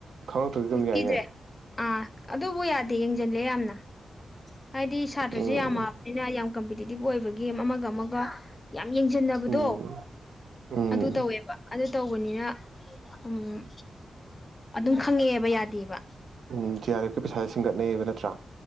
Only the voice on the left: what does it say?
ꯊꯤꯗ꯭ꯔꯦ ꯑꯥ ꯑꯗꯨꯕꯨ ꯌꯥꯗꯦ ꯌꯦꯡꯁꯤꯜꯂꯦ ꯌꯥꯝꯅ ꯍꯥꯏꯗꯤ ꯁꯥꯇ꯭ꯔꯁꯦ
ꯌꯥꯝꯃꯛꯑꯕꯅꯤꯅ ꯌꯥꯝ ꯀꯝꯄꯤꯇꯤꯇꯤꯚ ꯑꯣꯏꯕꯒꯤ ꯑꯃꯒ ꯑꯃꯒ ꯌꯥꯝ ꯌꯦꯡꯁꯤꯟꯅꯕꯗꯣ
ꯑꯗꯨ ꯇꯧꯋꯦꯕ ꯑꯗꯨ ꯇꯧꯕꯅꯤꯅ ꯎꯝ ꯑꯗꯨꯝ ꯈꯪꯉꯛꯑꯦꯕ ꯌꯥꯗꯦꯕ